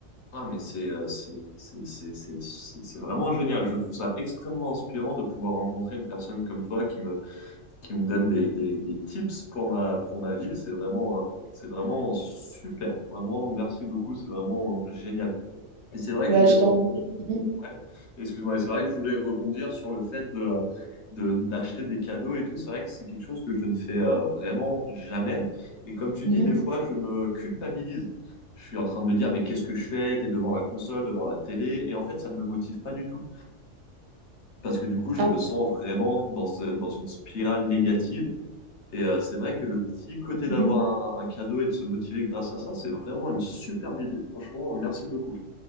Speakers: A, on the left; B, on the right.
A: Ah, mais c'est euh, c'est c'est c'est c'est c'est- c'est vraiment génial. Je trouve ça extrêmement inspirant de pouvoir rencontrer une personne comme toi qui me qui me donne des, des, des tips pour ma, pour ma vie. C'est vraiment, euh, c'est vraiment super. Vraiment, merci beaucoup. C'est vraiment génial. Et c'est vrai
B: Bah,
A: que je voulais
B: je
A: rebondir.
B: t'en... Mhm,
A: Ouais, excuse-moi. Et c'est vrai que je voulais rebondir sur le fait de, de, d'acheter des cadeaux et tout. C'est vrai que c'est quelque chose que je ne fais euh, vraiment jamais. Et comme tu
B: mhm.
A: dis, des fois, je me culpabilise. Je suis en train de me dire, mais qu'est-ce que je fais? T'es devant la console, devant la télé. Et en fait, ça ne me motive pas du tout. Parce que du coup, je
B: Ah,
A: me sens vraiment dans, euh, dans une spirale négative et euh, c'est vrai que le petit côté
B: mhm.
A: d'avoir un, un cadeau et de se motiver grâce à ça, c'est vraiment une superbe idée. Franchement, merci beaucoup.